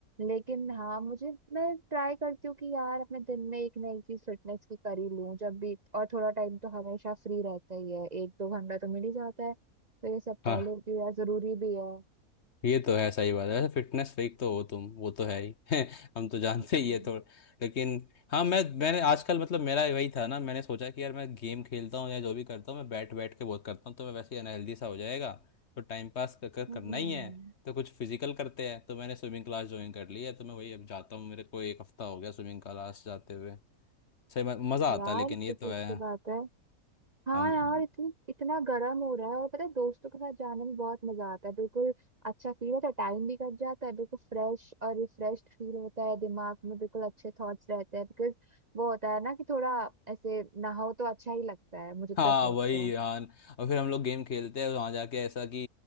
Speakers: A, on the right (about 35°); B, on the left (about 50°).
A: लेकिन हाँ मुझे मैं ट्राई करती हूँ कि यार अपने दिन में एक नई चीज फिटनेस की कर ही लूँ जब भी और थोड़ा टाइम तो हमेशा फ्री रहता ही है एक दो घंटा तो मिल ही जाता है तो ये सब कर
B: हाँ
A: लेती हूँ यार जरूरी भी है
B: ये तो है सही बात है वैसे फिटनेस फ्रीक तो हो तुम वो तो है ही <laughs> हम तो जानते
A: हम्म
B: ही है थोड़ा लेकिन हाँ मैं मैंने आजकल मतलब मेरा वही था ना मैंने सोचा कि यार मैं गेम खेलता हूँ या जो भी करता हूँ मैं बैठ बैठ के बहुत करता हूँ तो मैं वैसे ही अनहेल्दी सा हो जाएगा तो टाइम पास कर, कर करना
A: हम्म,
B: ही है तो कुछ फिजिकल करते हैं तो मैंने स्विमिंग क्लास ज्वाइन कर ली है तो मैं वही अब जाता हूँ मेरे को एक हफ्ता हो गया स्विमिंग क्लास जाते हुए सही में मज़ा
A: यार
B: आता है लेकिन ये
A: ये तो
B: तो है
A: अच्छी बात है हाँ
B: हम
A: यार इतनी इतना गर्म हो रहा है और पता है दोस्तों के साथ जाने में बहुत मजा आता है बिल्कुल अच्छा फील होता है टाइम भी कट जाता है बिल्कुल फ्रेश और रिफ्रेश फील होता है दिमाग में बिल्कुल अच्छे थॉट्स रहते हैं बिकॉज वो होता है ना कि थोड़ा ऐसे नहाओ तो अच्छा ही लगता है मुझे तो
B: हाँ
A: ऐसा
B: वही
A: लगता है
B: यार और फिर हम लोग गेम खेलते हैं वहां जाके ऐसा कि